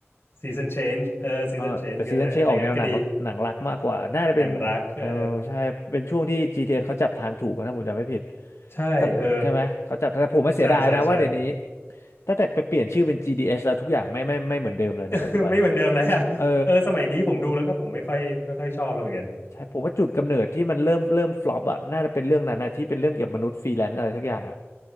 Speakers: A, on the left; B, on the left.
A: season change เออ season
B: เออแต่ซีซันเชคออกแนวหนังหนังรักมากกว่าน่าจะเป็น
A: change ก็นนะในนั้นก็ดีหนังรักเออ
B: เออใช่เป็นช่วงที่ GTS เอสเขาจับทางถูกนะถ้าผมจำไม่ผิด
A: ใช่เออ
B: แต่ใช่ไหมเขาจับแต่ผมไม่เสียดายนะว่าเดี๋ยวนี้
A: ใช่ใช่ใช่
B: ตั้งแต่ไปเปลี่ยนชื่อเป็น GDS แล้วทุกอย่างไม่ไม่ไม่เหมือนเดิมเลยในปัจจุบัน
A: <laughs> ไม่เหมือนเดิมแล้วอะเออสมัยนี้ผมดูแล้วก็ผมไม่ค่อยไม่ค่อยชอบเลยเหมือนกัน
B: เออใช่ผมว่าจุดกำเนิดที่มันเริ่มเริ่มฟลอปอะน่าจะเป็นเรื่องนั้นนะที่เป็นเรื่องเกี่ยวกับมนุษย์ฟรีแลนซ์อะไรสักอย่างอะ